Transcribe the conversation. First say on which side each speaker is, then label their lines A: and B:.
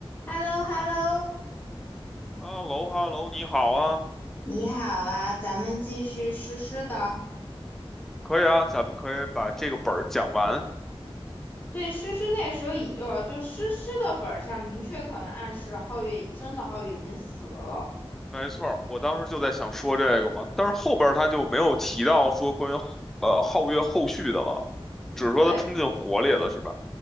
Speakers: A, on the left (about 20°); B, in the centre.
A: h e l l o h e l l o
B: 哈喽哈喽，你好啊，
A: 你好啊，咱们继续诗诗的。
B: 可以啊，咱们可以把这个本儿讲完。
A: 所以诗诗那时候已就就诗诗的本上明确可能暗示了皓月已真的皓月已经死了，
B: 没错儿，我当时就在想说这个嘛，但是后边儿他就没有提到说关于呃皓月后续的了，只是说他冲进火里了，
A: 对
B: 是吧？